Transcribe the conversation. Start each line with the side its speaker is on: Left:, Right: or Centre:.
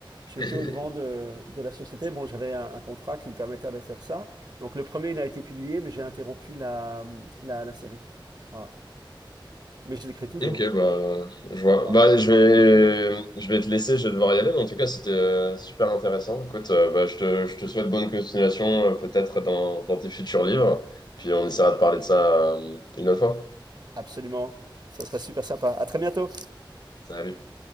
Right: j'ai
Left: <laughs>
Right: été au-devant de, de la société. Bon, j'avais un, un contrat qui me permettait de faire ça. Donc, le premier, il a été publié, mais j'ai interrompu la, la, la série. Voilà. Mais je l'écris toujours.
Left: Ok, bah, je vois.
Right: Voilà.
Left: Bah, je vais, je vais te laisser, je vais devoir y aller, mais en tout cas, c'était euh, super intéressant. Écoute, euh, bah, je te, je te souhaite bonne continuation, euh, peut-être dans, dans tes futurs livres, puis on essaiera de parler de ça euh, une autre fois.
Right: Absolument. Ça serait super sympa. À très bientôt.
Left: Salut.